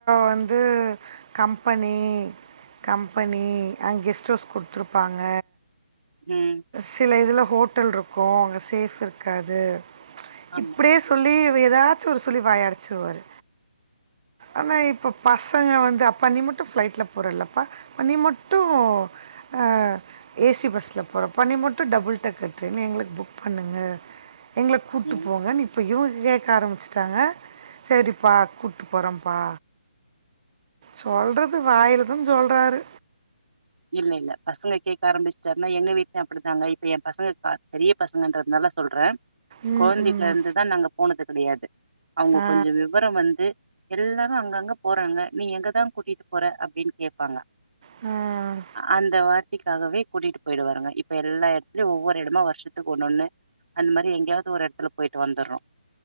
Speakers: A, on the right; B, on the right.
A: வந்து கம்பெனி கம்பெனி அங் கெஸ்ட் ஹவுஸ் கொடுத்துருப்பாங்க
B: ம்
A: சில இதுல ஹோட்டல் இருக்கு அங்கே சேஃப் இருக்காது ச்
B: ஆமா
A: இப்டியே சொல்லி ஏதாச்சு ஒரு சொல்லி வாய அடச்சுருவாரு ஆனா இப்ப பசங்க வந்து அப்பா நீ மட்டு ஃப்ளைட்ல போறலப்பா நீ மட்டு அ ஏசி பஸ்ல போறப் பண்ணி மட்டு டபுள் டெக்கர் ட்ரெயன் எங்களுக்கு புக் பண்ணுங்க எங்கள கூட்டு
B: ம்
A: போங்க நீ இப்போ இவங்க கேக்க ஆரம்பிச்சட்டாங்க சரிப்பா கூட்டு போறப்பா சொல்றது வாயில தா சொல்றாரு
B: இல்ல இல்ல பசங்க கேக்க ஆரம்பிச்சுட்டாருன்னா எங்க வீட்லயு அப்டித்தாங்க இப்ப எ பசங்க பெரிய பசங்கன்றதுனால சொல்றே
A: ம்,
B: குழந்தையில
A: ம்.
B: இருந்துதா நாங்க போனது கிடையாது அவங்க
A: ஆ,
B: கொஞ்சோ விவரோ வந்து எல்லாரு அங்கங்க போறாங்க நீ எங்கதா கூட்டிட்டு போற அப்டின்னு கேப்பாங்க
A: ம்
B: அந்த வார்த்தைகாகவே கூட்டிட்டு போயிடுவாருங்க இப்ப எல்லா எடத்துலயு ஒவ்வொரு எடமா வருஷத்துக்கு ஒண்ணு ஒண்ணு அந்த மாரி எங்கயாவது ஒரு எடத்துல போயிட்டு வந்துர்றோ